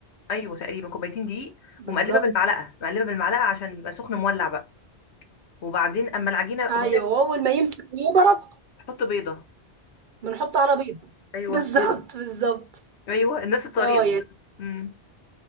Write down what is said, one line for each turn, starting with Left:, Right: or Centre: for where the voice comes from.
Left: ايوه تقريبا كوبايتين دقيق
Right: بالظبط
Left: ومقلبه بالمعلقه مقلبه بالمعلقه عشان بيبقى سخن مولع بقى وبعدين اما العجينه
Right: أيوه
Left: وبعدين
Right: أول ما يمسك ويبرد
Left: احط بيضه
Right: بنحطه على بيضة
Left: ايوه
Right: بالظبط
Left: بيضه
Right: بالظبط
Left: ايوه نفس الطريقه
Right: أه يعني
Left: بس امم